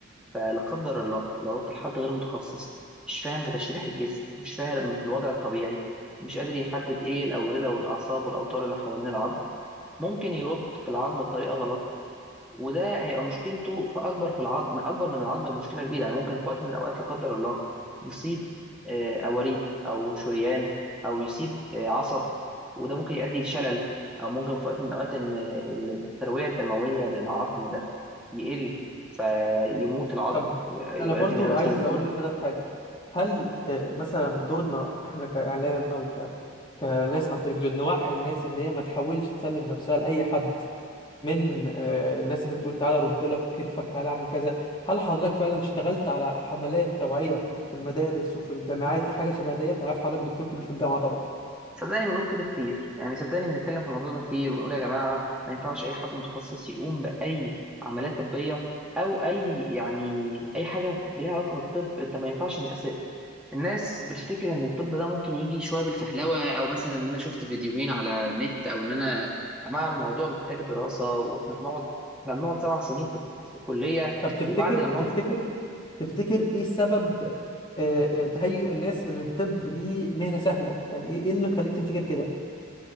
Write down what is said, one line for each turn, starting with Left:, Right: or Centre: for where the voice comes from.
Centre: فلا قدر الله لو رحت لحد غير متخصص مش فاهم في تشريح الجسم مش فاهم الوضع الطبيعي مش قادر يحدد ايه الاورده والاعصاب والاوتار اللي حوالين العظم ممكن يرد العظم بطريقه غلط وده هيبقى مشكلته في اكبر في العظم اكبر من العظم بمشكله كبيره يعني ممكن في وقت من الاوقات لا قدر الله يصيب آه، اوريد او شريان او يصيب آه، عصب وده ممكن يؤدي لشلل او ممكن في وقت من الاوقات ان آه، الترويه الدمويه للعظم ده يقل فيموت العظم
Left: طب
Centre: ويؤدي
Left: انا برضو
Centre: لإيه مثلا
Left: عايز اقول لحضرتك حاجه هل آه، مثلا دورنا احنا كاعلام او ك... كناس على التلفزيون نوعي الناس ان هي ما تحاولش تسلم نفسها لاي حد من آه، الناس اللي بتقول تعالى رد لك كتفك تعالى اعمل كذا هل حضرتك فعلا اشتغلت على حملات توعيه في المدارس وفي الجامعات لحاجه شبه ديت انا عارف حضرتك دكتور كبير في الجامعه طبعا
Centre: صدقني بنقول كده كتير يعني صدقني بنتكلم في الموضوع ده كتير وبنقول يا جماعة ما ينفعش أي حد متخصص يقوم بأي عملية طبية أو أي يعني أي حاجة ليها علاقة بالطب أنت ما ينفعش إن أس- الناس بتفتكر إن الطب ده ممكن يجي شوية بالفهلوة أو مثلا إن أنا شفت فيديوهين على النت أو إن أنا يا جماعة الموضوع محتاج دراسة وإحنا بنقعد إحنا بنقعد سبع سنين في في الكلية
Left: طب تفتكر
Centre: وبعد لما
Left: تفتكر
Centre: نقعد
Left: تفتكر ايه السبب آه، يعني تهيؤ الناس ان الطب دي مهنه سهله يعني ايه إيه اللي خليك تفتكر كده